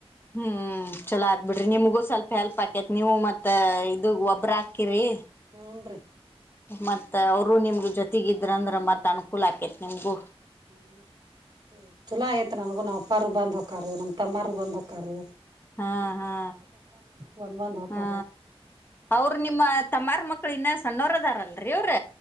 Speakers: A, on the left; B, on the right.
A: ಹ್ಮ್ ಚಲೋ ಆದ್ಬಿಡ್ರಿ ನಿಮಗೂ ಸ್ವಲ್ಪ ಹೆಲ್ಪ್ ಆಕೆತ್ ನೀವು ಮತ್ತ ಇದು ಒಬ್ಬ್ರ ಹಾಕಿರಿ
B: ಹೂನ್ರಿ
A: ಮತ್ತ ಅವರು ನಿಮ್ಗ ಜೊತೆಗ ಇದ್ರ ಅಂದ್ರ ಮತ್ ಅನುಕೂಲ ಆಕೇತಿ ನಿಮಗು
B: ಹ್ಮ ಚಲೋ ಆಯತ್ ನನಗೂ ನಾವ್ ಅಪ್ಪಾರರು ಬಂದ್ ಹೊಕ್ಕಾರರು ನಮ್ ತಮ್ಮಾರ ಬಂದ್ ಹೊಕ್ಕರು
A: ಹಾ ಹಾ
B: ಬಂದ್ ಬಂದ್ ಹೊಕ್ಕಾರ
A: ಹಾ ಅವರು ನಿಮ್ಮ ತಮ್ಮಾರ್ ಮಕ್ಕಳು ಇನ್ನ ಸ್ವಲ್ಪ ಸಣ್ಣೋರದಾರಲ್ರಿ ಅವರ